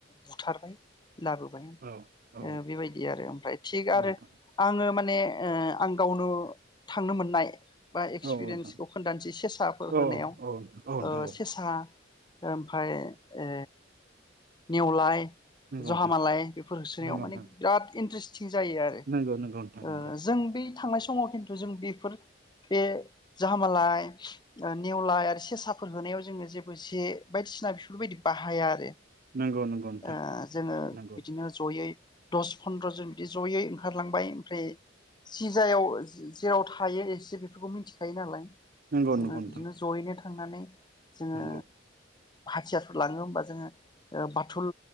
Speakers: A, on the left (about 25°); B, on the right (about 50°).
A: बुथारबाय लाबोबाय ओ
B: औ औ
A: बेबायदि बि आरो ओमफ्राय थिग
B: नोंथां
A: आरो आङो मा माने ओ आं गावनो थांनो मोननाय बा एक्सपिरियेन्सखौ
B: औ नोंथां
A: खोन्थानोसै सेसाफोर
B: औ
A: होनायाव
B: औ नोंथां
A: ओ
B: औ
A: सेसा ओमफाय ओ नेवलाय
B: नोंथां
A: जाहामालाय
B: औ
A: बेफोर होसोनायाव
B: नंगौ नोंथां
A: माने इनट्रेस जायो आरो
B: नंगौ नोंथां
A: ओ
B: नंगौ
A: जों बे थांनाय समाव खिन्थु जों बेफोर बे जाहामालाय ओ नेवलाय आरो सेसाफोर होनायाव जोङो जेबो जे बायदिसिना बेफोरबायदि बाहाया आरो
B: नंगौ नोंथां
A: ओ जोङो
B: नंगौ
A: बिदिनो जयै दस फन्द्र' जन बिदि जयै ओंखारलांबाय ओमफ्राय सिजायाव जेराव थायो एसे बेफोरखौ मिथिखायो नालाय
B: नंगौ नंगौ
A: जोङो
B: नोंथां
A: बिदिनो जयैनो थांनानै जोङो
B: नंगौ
A: हाथियारफोर लाङो होमबा जोङो बाथल